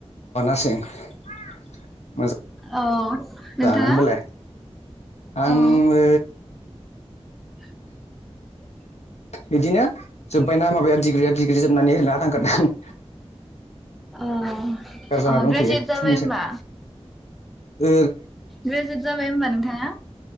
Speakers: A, on the left; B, in the centre.
A: <unintelligible>
B: औ नोंथाङा
A: जानो होमबालाय आङो
B: औ <inaudible> <inaudible>
A: बिदिनो जोब्बायना माबाया डिग्रिया डिग्रि जोबनानै ओरैनो आदां गादां
B: अ
A: बेखार जाना
B: अ
A: दंथ'यो
B: ग्रेजयेट जाबाय
A: साननैसो
B: ओमबा!
A: ओ
B: ग्रेजुवेट जाबाय होमबा नोंथाङा?